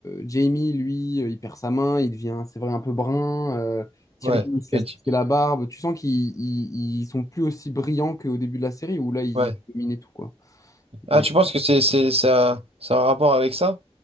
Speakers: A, on the left; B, on the right.
A: Jamie, lui, euh, il perd sa main, il devient, c'est vrai, un peu brun. Euh, Tyrion,
B: Ouais.
A: il se laisse
B: Mais tu-
A: pousser la barbe. Tu sens qu'ils ils, ils sont plus aussi brillants qu'au début de la série, où là, ils
B: ouais.
A: dominaient tout, quoi.
B: Ah,
A: Mais
B: tu penses que c'est c'est ça ça a un rapport avec ça?